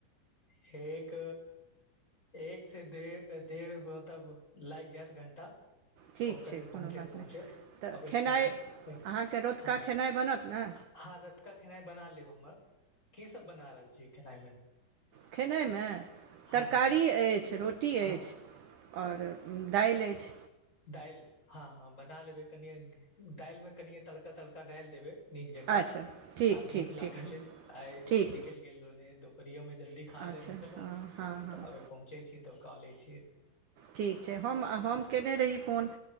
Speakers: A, on the left; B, on the right.
A: <inaudible> एक एक से <unintelligible> डढ़ डढ़ मतलब लागि जायत घण्टा।
B: ठीक
A: ओ
B: छै
A: करीब पहुँचैत
B: कोनो बात
A: पहुँचैत
B: नहि तऽ
A: अबै
B: खेनाइ
A: छी हम फेर
B: अहाँके रतुका
A: हँ।
B: खेनाइ बनत ने
A: <unintelligible> हँ रतुका खेनाइ बना लेब हमर की सब बना रहल छी खेनाइ मे
B: खेनाइ में
A: हँ
B: तरकारी
A: हँ
B: ऐछ रोटी
A: हँ
B: ऐछ और दाइल ऐछ
A: दाइल हँ-हँ बना लेबै कनिए दाइल में कनिये तड़का-तड़का डायल देबै। नीक जकाँ
B: अच्छा ठीक
A: आ
B: ठीक
A: भूख लागल
B: ठीक
A: ऐछ आइ
B: ठीक
A: निकल गेल रहलो न दुोपहरयो में जल्दी। खा
B: अच्छा
A: लेने छलौ
B: हँ हँ हँ
A: तऽ आबे पहुँचे छि तब कऽ ले छि।
B: ठीक छै हम हम कयने रही फोन